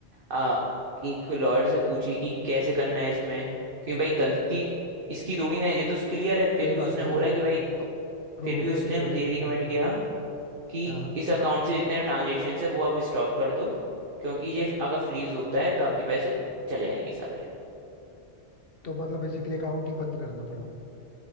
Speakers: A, on the right; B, on the left.
A: आ, एक लॉयर से पूछी कि कैसे करना है इसमें क्योंकि भाई गलती इसकी थोड़ी ना है ये तो क्लियर है फिर
B: सही
A: भी
B: बात
A: उसने
B: है
A: बोला
B: ये
A: कि
B: तो
A: भाई
B: प्रूव
A: फिर भी
B: भी
A: उसने
B: है पूरा लेजिटिमेट
A: ये रिकमेंड किया कि
B: हाँ
A: इस अकाउंट से जितने ट्रांजेक्शन है वो अब स्टॉप कर दो क्योंकि ये अगर फ्रीज होता है तो आपके पैसे चले जाएंगे सारे
B: तो मतलब बेसिकली अकाउंट ही बंद करना पड़ा